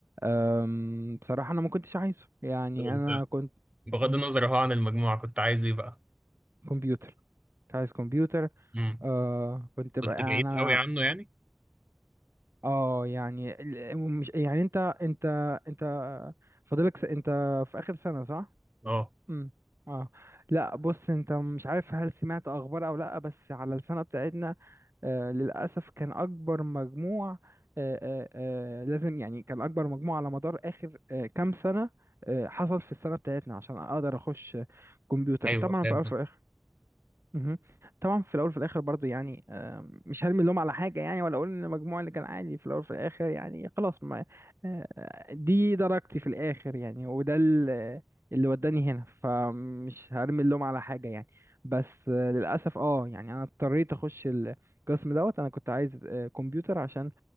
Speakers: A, on the right (about 75°); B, on the right (about 30°).
A: أم، بصراحة انا ما كنتش عايزه يعني
B: طب انت
A: انا كنت
B: بغض
A: مم،
B: النظر اهو عن المجموعة كنت عايز ايه بقى؟
A: كمبيوتر كنت عايز كمبيوتر
B: امم
A: آه كنت
B: كنت
A: بقى يعني
B: بعيد
A: انا
B: قوي عنه يعني؟
A: اه يعني ال- مش يعني انت انت انت فاضلك س... انت في اخر سنة صح؟
B: اه
A: امم اه لا بص انت مش عارف هل سمعت اخبار او لا بس على السنة بتاعتنا آه للاسف كان اكبر مجموع آه آه آه لازم يعني كان اكبر مجموع على مدار اخر آه كام سنة آه حصل في السنة بتاعتنا عشان اقدر اخش كمبيوتر
B: ايوه
A: طبعا
B: فاهم
A: في الاول وفي الاخر مهم. طبعا في الاول وفي الاخر برضو يعني آم، مش هرمي اللوم على حاجه يعني ولا اقول ان المجموع اللي كان عالي في الاول وفي الاخر يعني خلاص ما آه، دي درجتي في الاخر يعني وده ال- اللي وداني هنا فمش هرمي اللوم على حاجه يعني بس آه، للاسف اه يعني انا اضطريت اخش القسم دوت انا كنت عايز آه، كمبيوتر عشان